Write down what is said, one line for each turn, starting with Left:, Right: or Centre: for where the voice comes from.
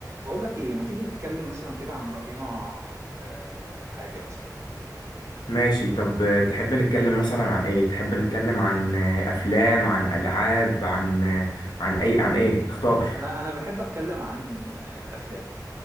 Right: بقول لك ايه ما تيجي نتكلم مثلا كده عن رأينا في حاجة مثلا
Left: ماشي طب آه، تحب نتكلم مثلا عن ايه تحب نتكلم عن آه، افلام عن العاب عن آه، عن اي عن ايه اختار
Right: انا انا بحب اتكلم عن الافلام